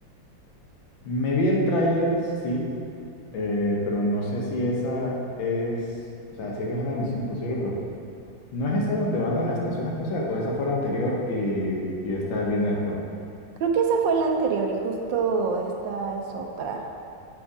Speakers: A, on the left; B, on the right.
A: me vi el tráiler, sí, eh, pero no sé si esa es, o sea, sé que es una misión imposible, pero ¿no es esa donde van a la estación espacial o esa fue la anterior y, y esta viene después?
B: Creo que esa fue la anterior y justo esta es otra.